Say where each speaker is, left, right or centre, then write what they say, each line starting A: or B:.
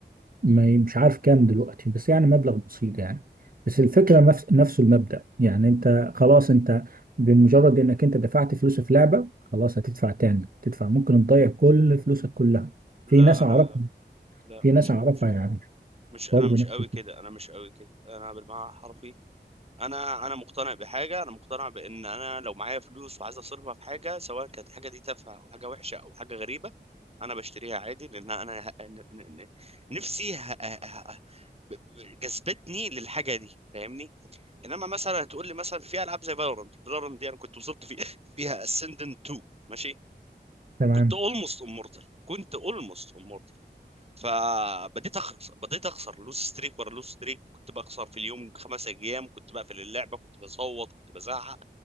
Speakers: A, on the right; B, on the right.
A: ما ي- مش عارف كام دلوقتي بس يعني مبلغ بسيط يعني بس الفكرة نفس نفس المبدأ يعني انت خلاص انت بمجرد انك انت دفعت فلوس في لعبة خلاص هتدفع تاني تدفع ممكن تضيع كل فلوسك كلها
B: لا
A: في ناس
B: انا
A: اعرفها
B: لا
A: في ناس
B: مش
A: اعرفها
B: مش
A: يعني
B: مش انا
A: برضه
B: مش
A: نفس
B: قوي
A: الفكرة.
B: كده انا مش قوي كده انا بالمعنى الحرفي انا انا مقتنع بحاجه انا مقتنع بان انا لو معايا فلوس وعايز اصرفها في حاجه سواء كانت الحاجه دي تافهه او حاجه وحشه او حاجه غريبه انا بشتريها عادي لان انا ه- ن- ن- ن- نفسي ه- ه- ه- ب- ب- جذبتني للحاجه دي فاهمني انما مثلا هتقول لي مثلا في العاب زي فالورانت فالورانت دي انا كنت وصلت في <laughs> فيها اسندنت 2 ماشي
A: تمام
B: كنت اولموست امورتال كنت اولموست فبديت اخسر بديت اخسر لوس ستريك ورا لوس ستريك كنت بخسر في اليوم خمس ايام كنت بقفل اللعبه كنت بصوت كنت بزعق